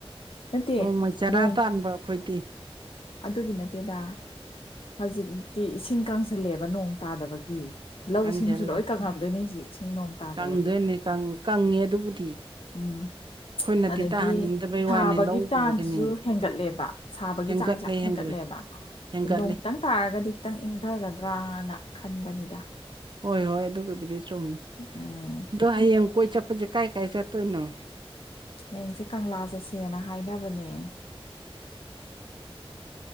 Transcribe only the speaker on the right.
ꯅꯣꯡꯃꯩ ꯆꯔꯥ
ꯇꯥꯟꯕ ꯑꯩꯈꯣꯏꯗꯤ
ꯀꯪꯁꯜꯂꯦ
ꯀꯪꯗꯣꯏꯅꯦ ꯀꯪ ꯀꯪꯉꯦ ꯑꯗꯨꯕꯨꯗꯤ
ꯑꯩꯈꯣꯏꯅꯗꯤ
ꯇꯥꯍꯟꯅꯤꯡꯗꯕꯩ
ꯋꯥꯅꯤ ꯂꯧ
ꯎꯕꯒꯤꯅꯦ
ꯍꯦꯟꯒꯠꯂꯦ
ꯍꯦꯟꯒꯠꯂꯦ ꯍꯦꯟꯒꯠꯂꯦ
ꯍꯣꯏ ꯍꯣꯏ ꯑꯗꯨꯒꯤꯕꯨꯗꯤ ꯆꯨꯝꯃꯤ
ꯑꯗꯣ ꯍꯌꯦꯡ ꯀꯣꯏ ꯆꯠꯄꯁꯦ ꯀꯥꯏ ꯀꯥꯏ ꯆꯠꯇꯣꯏꯅꯣ